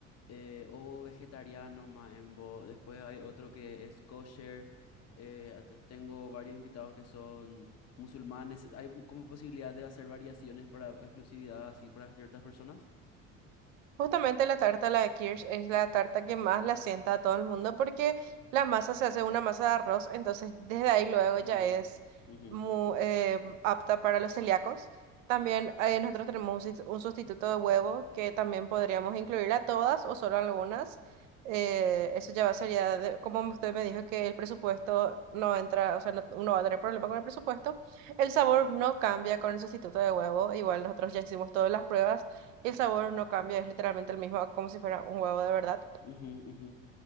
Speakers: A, on the left (about 40°); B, on the right (about 70°).
A: eh, o vegetariano maembo. Después hay otro que es kosher. eh, a- te- tengo varios invitados que son musulmanes. ¿Hay mu- como posibilidad de hacer variaciones para exclusividad así para ciertas personas?
B: Justamente la tarta, la de Kirsch, es la tarta que más la sienta a todo el mundo porque la masa se hace una masa de arroz, entonces desde ahí luego ya
A: Mm,
B: es
A: ujú,
B: mu- eh, apta para los celíacos. También eh, nosotros tenemos un sis- un sustituto de huevo que también podríamos incluir a todas o solo a algunas. Eh, eso ya va sería, de- como usted me dijo que el presupuesto no entra, o sea, no, uno va a tener problema con el presupuesto. El sabor no cambia con el sustituto de huevo, igual nosotros ya hicimos todas las pruebas. El sabor no cambia, es literalmente el mismo, como si fuera un huevo de verdad.
A: ujú, ujú.